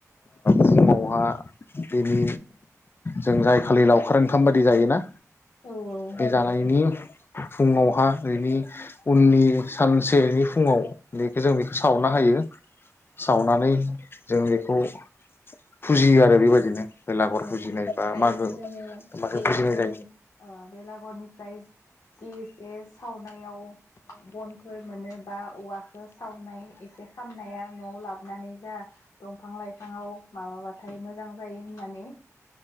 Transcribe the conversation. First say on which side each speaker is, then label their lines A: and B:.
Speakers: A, on the left; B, on the left.
A: फुङावहा बेनि जों जाय खालि लावखार ओंखाम बायदि जायोना
B: औ औ
A: बे जानायनि फुङावहा नि उननि सानसेनि फुङाव बेखौ जों बेखौ सावना होयो सावनानै जों बेखौ फुजियो आरो बेबायदिनो बेलागर
B: औ
A: फुजिनाय बा
B: जायखौ
A: मागो
B: जोङो
A: मागो
B: बेलाघरनि
A: फुजिनाय जायो
B: ओ बेलाघरनिफ्राय जि एसे सावनायाव बनफोर मोनो बा औवाखौ सावनाय एसे खामनाया न'आव लाबोनानै जा दंफां लाइफांङाव माबाबाथाय मोजां जायो होननानै